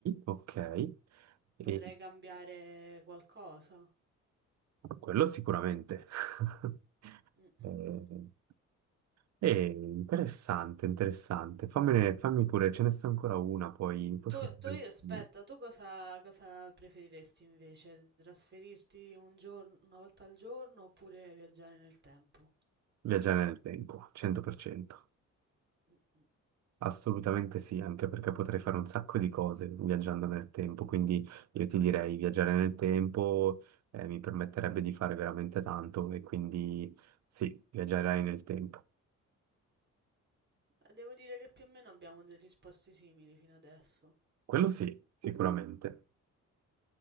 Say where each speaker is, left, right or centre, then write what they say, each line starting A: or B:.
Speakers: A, on the right; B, on the right.
A: ok. E,
B: Potrei cambiare qualcosa.
A: Quello sicuramente. <laughs>
B: Mm, mm,
A: Eh,
B: mm.
A: è interessante, interessante. Fammene, fammi pure, ce ne sta ancora una, poi, poi
B: Tu,
A: fammi
B: tu aspetta, tu cosa, cosa preferiresti invece? Trasferirti un giorno, una volta al giorno oppure viaggiare nel tempo?
A: viaggiare nel tempo, 100%.
B: Mm, mm,
A: Assolutamente sì, anche perché potrei fare un sacco di cose viaggiando nel tempo, quindi io ti direi viaggiare nel tempo eh, mi permetterebbe di fare veramente tanto e quindi sì, viaggerai
B: mm, mm.
A: nel tempo.
B: Eh, Devo dire che più o meno abbiamo delle risposte simili fino adesso.
A: Quello sì, sicuramente.